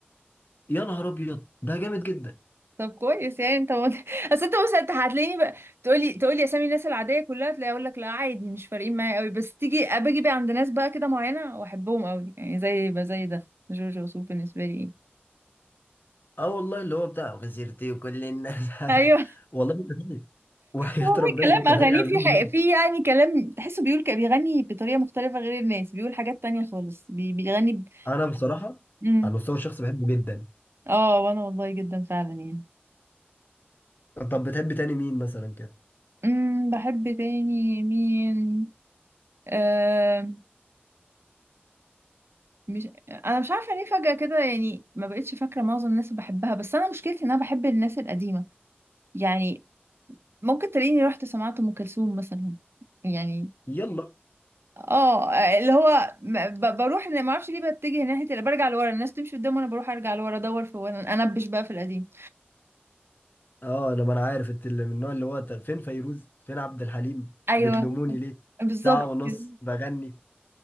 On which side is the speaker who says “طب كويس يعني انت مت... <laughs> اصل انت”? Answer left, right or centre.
Right